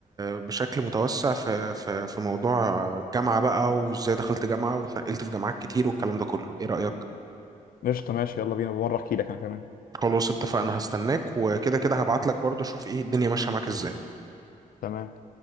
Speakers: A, on the right; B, on the left.
A: بشكل متوسع في في في موضوع الجامعة بقى وازاي دخلت جامعة واتنقلت في جامعات كتير والكلام ده كله ايه رأيك
B: قشطه ماشي يلا بينا بمره احكي لك انا كمان
A: خلاص اتفقنا هستناك وكده كده هبعت لك برضه اشوف ايه الدنيا ماشية معاك ازاي
B: تمام